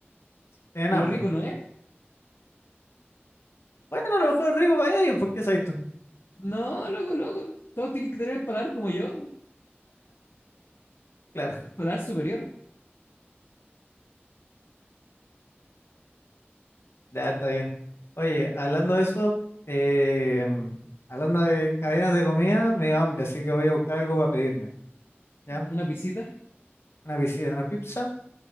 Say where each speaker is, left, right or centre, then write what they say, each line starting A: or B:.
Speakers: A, on the left (about 85°); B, on the left (about 65°).
A: tienen
B: Pero
A: hambre.
B: rico no es.
A: Bueno, a lo mejor es rico para ellos, porque soy tú.
B: No, loco, loco. Todos tienen que tener el paladar como yo.
A: Claro,
B: Paladar superior.
A: <laughs> ya está bien. Oye, hablando de eso, eh, hablando de cadenas de comida, me dio hambre, así que voy a buscar algo para pedirme, ¿ya?
B: Una pisita,
A: Una pizza una pizza,